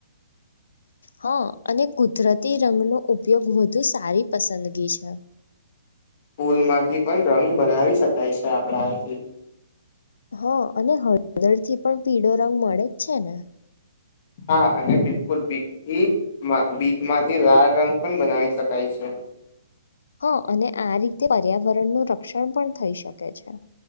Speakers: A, on the left; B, on the left.
A: હા અને કુદરતી રંગનો ઉપયોગ વધુ સારી પસંદગી છે <unintelligible>
B: ફૂલ માંથી પણ રંગ બનાવી શકાય છે આપણાથી
A: હા અને હળદર થી પણ પીળો રંગ મળે જ છે ને
B: હા અને બિલકુલ બીથીમાં બીટમાંથી લાાલ રંગ પણ બનાવી શકાય છે
A: હા અને આ રીતે પર્યાવરણનું રક્ષણ પણ થઈ શકે છે